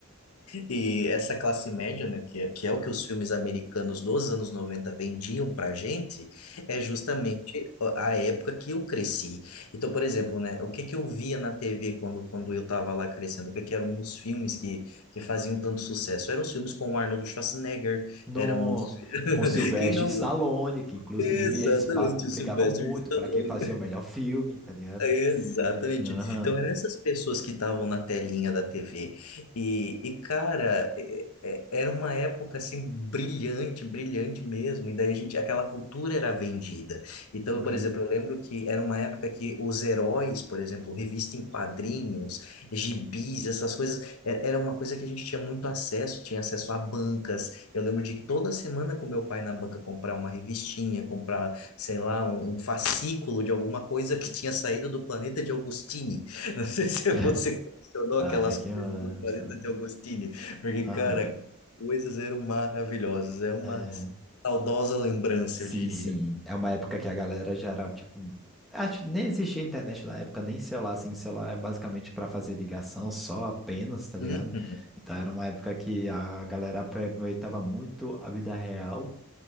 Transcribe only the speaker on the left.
E essa classe média, né, que é, que é o que os filmes americanos dos anos 90 vendiam pra gente, é justamente a a época que eu cresci. Então, por exemplo, né, o que que eu via na TV quando, quando eu tava lá crescendo? O que que eram os filmes que, que faziam tanto sucesso? Eram os filmes com o Arnold Schwarzenegger,
eram os... <laughs>
Quem não...
Exatamente,
o Sylvester
Stallone.
Exatamente.
Então, eram essas pessoas que estavam na telinha da TV. E, e cara, é- é- era uma época assim brilhante, brilhante mesmo. E daí a gente, aquela cultura era vendida. Então,
por exemplo, eu lembro que era uma época que os heróis, por exemplo, revista em quadrinhos, gibis, essas coisas, é- era uma coisa que a gente tinha muito acesso, tinha acesso a bancas. Eu lembro de toda semana com meu pai na banca comprar uma revistinha, comprar sei lá, um um fascículo de alguma coisa que tinha saído do planeta de Augustine. Não sei <laughs> se
você colecionou
aquelas
coisas
do planeta de Augustine, porque,
cara, aquelas coisas eram maravilhosas. É uma
saudosa lembrança,
eu diria.
Uhum,